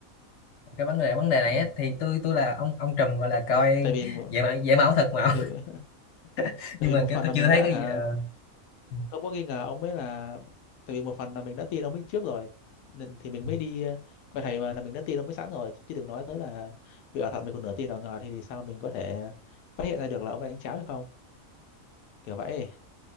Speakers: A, on the left; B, on the left.
A: cái vấn đề vấn đề này
B: ừ.
A: á, thì tôi tôi là ông ông Trùm gọi là coi
B: tại vì một
A: vậy mà vậy mà ảo thật mà
B: tại, <laughs>
A: <laughs>
B: tại
A: nhưng
B: vì
A: mà
B: một
A: kiểu
B: phần
A: tôi
B: là mình
A: chưa thấy
B: đã
A: cái
B: hả
A: gì- ờ. ừ,
B: mình không có nghi ngờ ông ấy là tại vì một phần là mình đã tin ông ấy trước rồi nên thì mình
A: ừ.
B: mới đi ờ, coi thầy mà là mình đã tin ông ấy sẵn rồi chứ đừng nói tới là vì ở thật mình còn nửa tin ở ngờ thì thì sao mình có thể phát hiện ra được là ông ấy đánh cháo hay không kiểu vậy